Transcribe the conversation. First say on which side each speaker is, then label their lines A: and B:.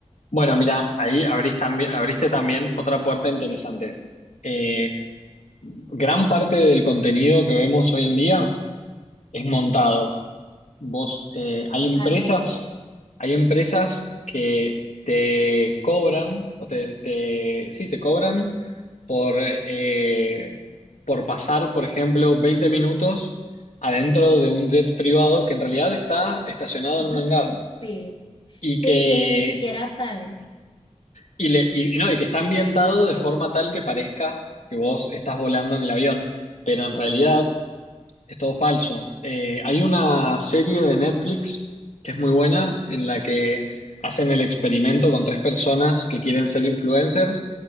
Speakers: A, on the left; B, on the left.
A: Bueno, mira, ahí abrís tambi- abriste también otra puerta interesante. Eh, gran parte del contenido que vemos hoy en día es montado. Vos, eh, hay
B: Totalmente.
A: empresas, hay empresas que te cobran, o te, te- sí, te cobran por, eh, por pasar, por ejemplo, 20 minutos adentro de un jet privado que en realidad está estacionado
B: <laughs>
A: en un hangar
B: Sí.
A: y que
B: Sí, y ni siquiera sale.
A: Y, le, y, no, y que está ambientado de forma tal que parezca que vos estás volando en el avión, pero en realidad es todo falso. Eh, hay una serie de Netflix que es muy buena en la que hacen el experimento con tres personas que quieren ser influencers